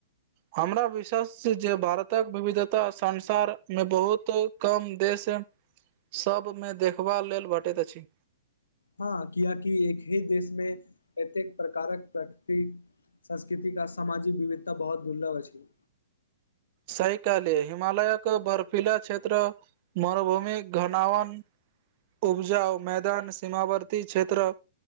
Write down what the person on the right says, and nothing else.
हमरा विश्वास छै जे भारतक विविधता संसार मे बहुत कम देश सभमे देखबा लेल भेटैत अछि
सही केहलियै हिमालयक बर्फीला क्षेत्र मरुभूमिक घनावन उपजाउ मैदान सीमावर्ती क्षेत्र